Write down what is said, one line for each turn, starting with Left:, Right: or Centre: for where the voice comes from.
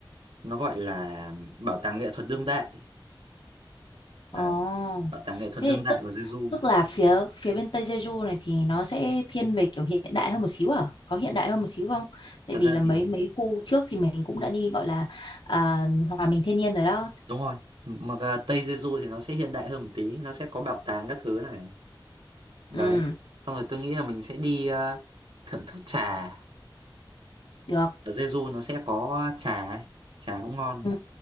Right: nó gọi là bảo tàng nghệ thuật đương đại đấy
Left: Ồ,
Right: bảo tàng nghệ thuật
Left: thế
Right: đương
Left: thì
Right: đại
Left: tức
Right: của Jeju
Left: tức là phía phía bên Tây Jeju này thì nó sẽ thiên về kiểu hiện đại hơn một xíu à? Có hiện đại hơn một xíu không? Tại
Right: thật
Left: vì
Right: ra
Left: là mấy
Right: thì
Left: mấy khu trước thì mình cũng đã đi gọi là à, hòa mình thiên nhiên rồi đó.
Right: đúng rồi mà cả Tây Jeju thì nó sẽ hiện đại hơn một tí nó sẽ có bảo tàng các thứ này đấy
Left: Ừ,
Right: xong rồi tôi nghĩ là mình sẽ đi ờ, thưởng thức trà
Left: được.
Right: ở Jeju nó sẽ có trà trà cũng ngon
Left: Ừ,